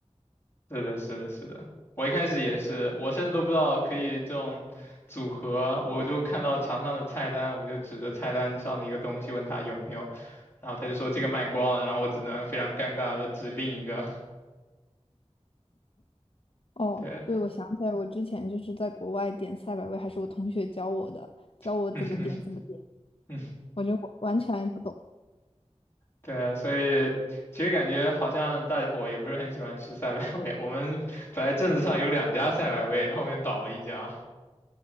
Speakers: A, on the left; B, on the left.
A: 是的，是的，是的。我一开始也是，我甚至都不知道可以这种组合，我就看到墙上的菜单，我就指着菜单上的一个东西问他有没有，然后他就说这个卖光了，然后我只能非常尴尬的指另一个。
B: 哦，
A: 对，
B: 对，我想起来，我之前就是在国外点赛百味，还是我同学教我的，教我怎么点怎么点，
A: <laughs> 嗯哼嗯
B: 我就完全不懂。
A: 对，所以其实感觉好像大伙也不是很喜欢吃赛百味。我们本来镇子上有两家赛百味，后面倒了一家。